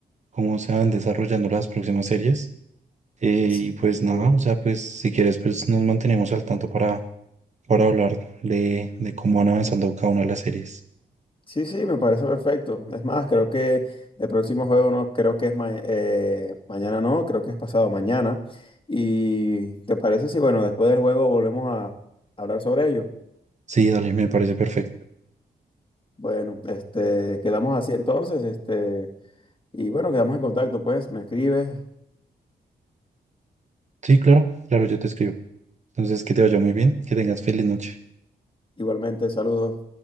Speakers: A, on the right (about 40°); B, on the left (about 30°).
A: cómo se van desarrollando las próximas series eh,
B: Sí.
A: y pues nada,
B: Eh,
A: o sea, pues si quieres, pues nos mantenemos al tanto para, para hablar de, de cómo van avanzando cada una de las series.
B: Sí, sí, me parece perfecto. Es más, creo que el próximo juego no creo que es ma- eh, mañana, no, creo que es pasado mañana. ¿Y te parece si, bueno, después del juego volvemos a hablar sobre ello?
A: Sí, dale, me parece perfecto.
B: Bueno, este, quedamos así entonces, este, y bueno, quedamos en contacto, pues, me escribes.
A: Sí, claro, claro, yo te escribo. Entonces, que te vaya muy bien, que tengas feliz noche.
B: Igualmente, saludos.